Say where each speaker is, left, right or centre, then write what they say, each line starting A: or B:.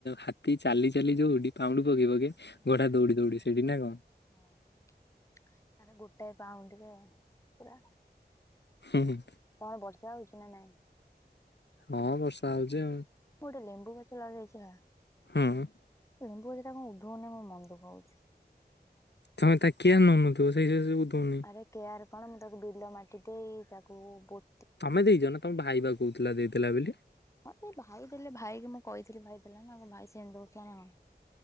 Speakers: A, on the left; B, on the left.
A: ହାତୀ ଚାଲି ଚାଲି ଯୋଉଠି ପାହୁଣ୍ଡ ପକେଇ ପକେଇ।
B: ହୁଁ
A: ଘୋଡା ଦୌଡି ଦୌଡି ସେଠି ନା କଣ।
B: ହଁ ତାର ଗୋଟାଏ ପାଉଣ୍ଡରେ ପୁରା।
A: ହୁଁ ହୁଁ।
B: କଣ ବର୍ଷା ହଉଚି ନା ନାଇଁ?
A: ହଁ, ବର୍ଷା ହଉଚି ଆଉ।
B: ମୁଁ ଗୋଟେ ଲେମ୍ବୁ ଗଛ ଲଗେଇଚି ନା?
A: ହୁଁ।
B: ଲେମ୍ବୁ ଗଛ ଟା କଣ ଉଧୋଉନି ମୋ ମନ ଦୁଃଖ ହଉଚି।
A: ତମେ ତା କେୟାର ନଉନଥିବ ସେଇଥି ସକାସେ ସେ ଉଧୋଉନି।
B: ରେ କେୟାର୍ କଣ ମୁଁ ତାକୁ ବିଲ ମାଟି ଦେଇ ତାକୁ ପୋ
A: ତମେ ଦେଇଚ ନା ତମ ଭାଇ ବା କହୁଥିଲା ଦେଇଥିଲା ବୋଲି।
B: ହଁ ସେ ଭାଇ ଦେଲେ ଭାଇ କି ମୁଁ କହିଥିଲି ଭାଇ ଦେଲା ନା ଆଉ ଭାଇ ସେମିତି ଦଉଥିଲା ନା କଣ।